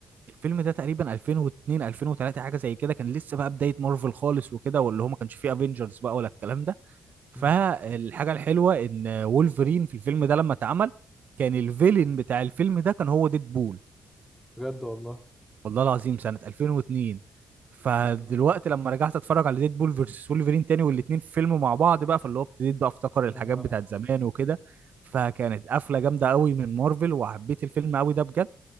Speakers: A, on the right; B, in the centre.
A: الفيلم ده تقريبا 2002 2003 حاجه زي كده كان لسه بقى بدايه مارفل خالص وكده واللي هو ما كانش فيه افنجرز بقى ولا الكلام ده فالحاجه
B: مم.
A: الحلوه ان وولفرين في الفيلم ده لما اتعمل كان الفيلن بتاع الفيلم ده كان هو ديدبول
B: بجد والله
A: والله العظيم سنه 2002 فدلوقتي
B: اه
A: لما رجعت اتفرج على ديدبول فيرسس وولفرين تاني والاتنين في فيلم مع بعض بقى فاللي هو ابتديت بقى افتكر الحاجات
B: اه
A: بتاعت زمان وكده فكانت قفله جامده قوي من مارفل وحبيت الفيلم قوي ده بجد